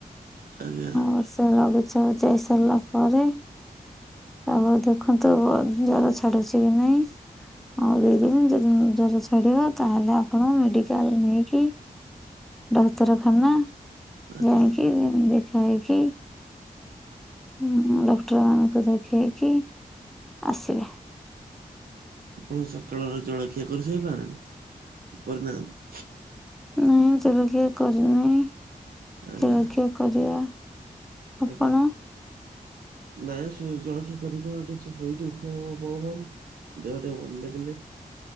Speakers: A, on the right; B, in the centre.
A: ଆଜ୍ଞା।
B: ବର୍ଷା ଲଘୁଚାପ ଯାଇ ସାରିଲା ପରେ। ଆପଣ ଦେଖନ୍ତୁ ଜର ଛାଡୁଛି କି ନାଇଁ। ଆଉ ଦୁଇଦିନ ଯଦି ଜର ଛାଡ଼ିବ ତାହେଲେ ଆପଣ ମେଡିକାଲ ନେଇକି ଡାକ୍ତରଖାନା
A: ଆଜ୍ଞା
B: ଯାଇକି ଦେଖାହେଇକି ଉଁ ଡକ୍ଟର ମାନଙ୍କୁ ଦେଖେଇକି ଆସିବେ।
A: ଆପଣ ସକାଳର ଜଳଖିଆ କରିସାଇଲଣି କରିନାହାନ୍ତି।
B: ନାଇଁ ଜଳଖିଆ କରିନାହିଁ
A: ଆଜ୍ଞା
B: ଜଳଖିଆ କରିବା। ଆପଣ
A: ଆଜ୍ଞା। ନାଇଁ ସୋଇଛି ଜଳଖିଆ କରିବି କଣ ଏଠି କିଛି ହୋଉଚି ଉଠିବାକୁ ବଳ ପାଉନି। ଦେହ ଟିକେ ଭଲ ଲାଗିଲେ